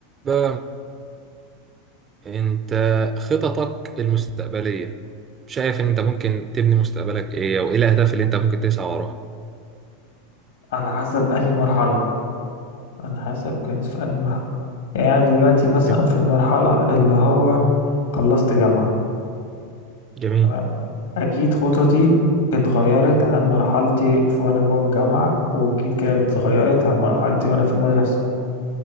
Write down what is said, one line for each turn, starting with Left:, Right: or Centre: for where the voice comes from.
Right: بقى انت خططك المستقبلية شايف ان انت ممكن تبني مستقبلك ايه او ايه الاهداف اللي انت ممكن تسعى وراها
Left: على حسب أنهي مرحلة على حسب كانت في أنهي مرحلة يعني أنا دلوقتي مثلا
Right: طيب،
Left: في المرحلة اللي هو خلصت جامعة
Right: جميل
Left: تمام أكيد خططي اتغيرت عن مرحلتي في وأنا جوه الجامعة وأكيد كانت اتغيرت عن مرحلتي وأنا في المدرسة